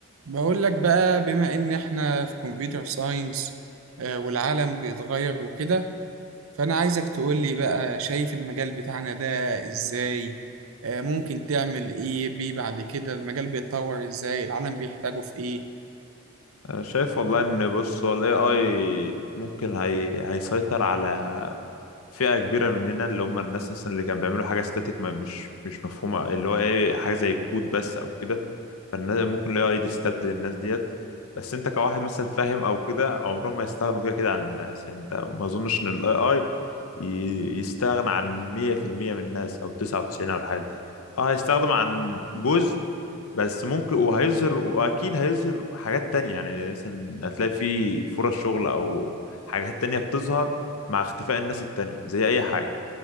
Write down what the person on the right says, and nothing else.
بقول لك بقى بما ان احنا في كمبيوتر ساينس والعالم بيتغير وكده فانا عايزك تقول لي بقى شايف المجال بتاعنا ده ازاي آه، ممكن تعمل ايه بيه بعد كده المجال بيتطور ازاي العالم بيحتاجه في ايه